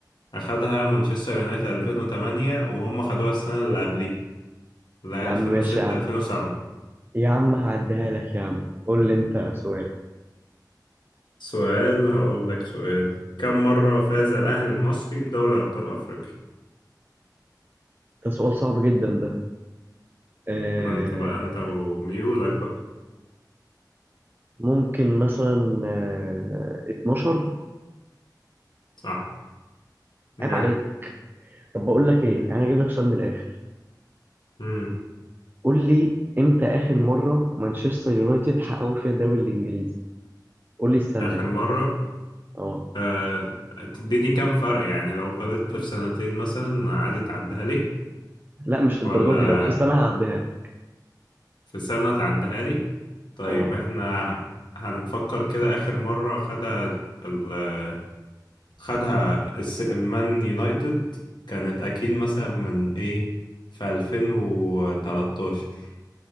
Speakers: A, on the left; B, on the right.
A: اخدها مانشستر يونايتد 2008 وهم خدوها السنة اللي قبليها لا
B: يا عم
A: 2006
B: ماشي يا عم
A: 2007
B: يا عم هعديها لك يا عم قول لي انت سؤال
A: سؤال هقول لك سؤال كم مرة فاز الأهلي المصري بدوري أبطال أفريقيا؟
B: ده سؤال صعب جدا ده آه
A: ما أنت بقى أنت وميولك بقى
B: ممكن مثلا آه 12
A: صح جامد
B: عيب عليك طب بقول لك
A: جامد
B: ايه انا هجيب لك سؤال من الاخر
A: مم.
B: قول لي امتى اخر مره مانشستر يونايتد حققوا فيها الدوري الانجليزي قول لي السنه
A: آخر
B: يعني
A: مرة
B: اه
A: آه... تديني كم فرق يعني لو غلطت في سنتين مثلا عادي تعديها لي
B: لا مش للدرجه
A: ولا
B: دي لو في سنه هعديها لك
A: في سنة تعديها لي طيب
B: اه
A: احنا هنفكر كده آخر مرة خدها ال- خدها الس- مان يونايتد كانت أكيد مثلا من إيه في 2013